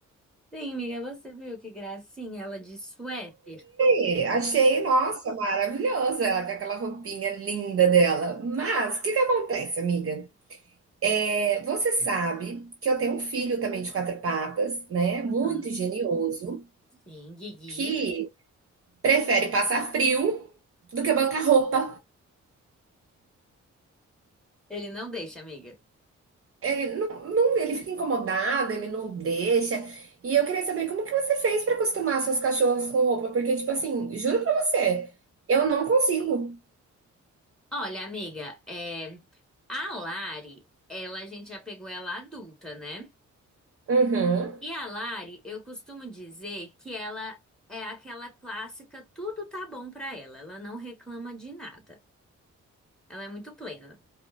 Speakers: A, in the centre; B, on the right (about 50°).
A: Sim, miga, você viu que gracinha ela de suéter.
B: E achei, nossa, maravilhosa ela com aquela roupinha linda dela. Mas o que que acontece, amiga? É, você sabe que eu tenho um filho também de quatro patas, né?
A: Uhum.
B: Muito genioso,
A: Sim, Guigui.
B: que prefere passar frio do que bancar roupa.
A: Ele não deixa, amiga.
B: Ele não, não- ele fica incomodado, ele não deixa. E eu queria saber como que você fez para acostumar suas cachorras com roupa, porque tipo assim, juro pra você, eu não consigo.
A: Olha, amiga, é, a Lari, ela, a gente já pegou ela adulta, né?
B: Uhum.
A: E a Lari, eu costumo dizer que ela é aquela clássica, tudo tá bom pra ela, ela não reclama de nada, ela é muito plena.